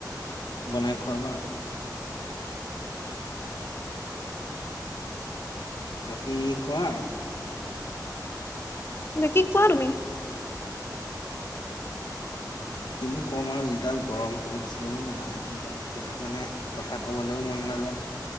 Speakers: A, on the left (about 75°); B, on the left (about 35°).
A: বনাই খোৱাবা আৰু। বাকী কোৱা আৰু।
B: বাকী কোৱা তুমি।
A: কিনো কম আৰু যিডাল গৰম পৰিছে ও ৰাম বাপ এই মানে কথা ক'বলৈও মন নাযায়